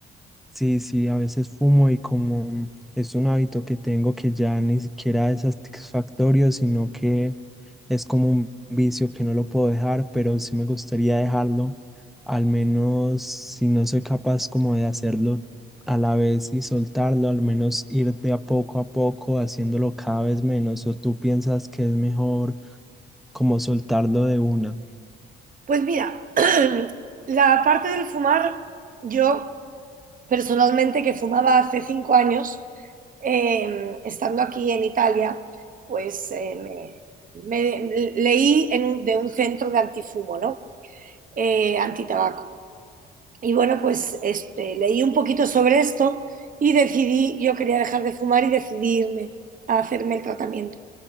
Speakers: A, in the centre; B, on the right.
A: Sí, sí, a veces fumo y como es un hábito que tengo que ya ni siquiera es satisfactorio, sino que es como un vicio que no lo puedo dejar, pero sí me gustaría dejarlo, al menos si no soy capaz como de hacerlo a la vez y soltarlo, al menos ir de a poco a poco haciéndolo cada vez menos, o tú piensas que es mejor como soltarlo de una.
B: Pues mira, <clears throat> la parte del fumar, yo personalmente que fumaba hace cinco años, eh, estando aquí en Italia, pues eh, me, me- leí en un- de un centro de antifumo, ¿no? Eh, antitabaco. Y bueno, pues este, leí un poquito sobre esto y decidí, yo quería dejar de fumar y decidí irme a hacerme el tratamiento.